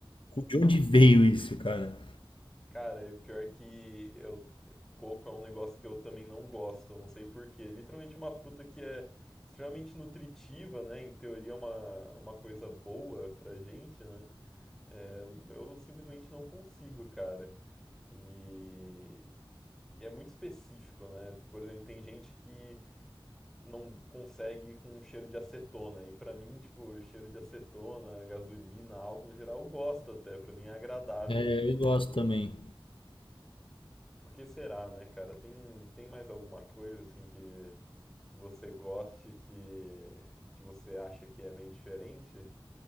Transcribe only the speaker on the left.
De onde veio isso, cara?
É, eu gosto também.